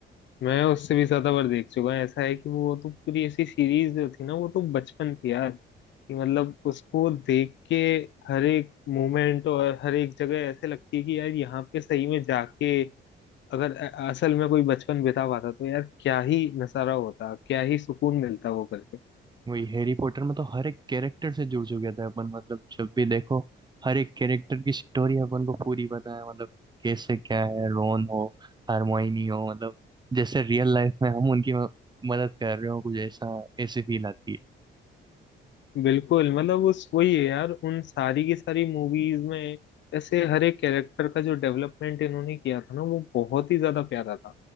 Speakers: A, on the left; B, on the right.
A: मैं उससे भी ज्यादा बार देख चुका हूँ ऐसा है कि वो तो पूरी ऐसी सीरीज जो थी ना वो तो बचपन थी यार कि मतलब उसको देख के हर एक मोमेंट और हर एक जगह ऐसे लगती है कि यार यहाँ पे सही में जाके अगर अ- असल में कोई बचपन बिता पाता तो यार क्या ही नजारा होता क्या ही सुकून मिलता वो करके
B: वही हैरी पॉटर में तो हर एक कैरेक्टर से जुड़ चुके थे अपन मतलब जब भी देखो हर एक कैरेक्टर की स्टोरी अपन को पूरी पता है मतलब कैसे क्या है रोन हो हरमाइनी हो मतलब जैसे रियल लाइफ में हम उनकी म- मदद कर रहे हो कुछ ऐसा ऐसी फील आती है
A: बिल्कुल मतलब उस वही है यार उन सारी की सारी मूवीज में ऐसे हर एक कैरेक्टर का जो डेवलपमेंट इन्होंने किया था ना वो बहुत ही ज्यादा प्यारा था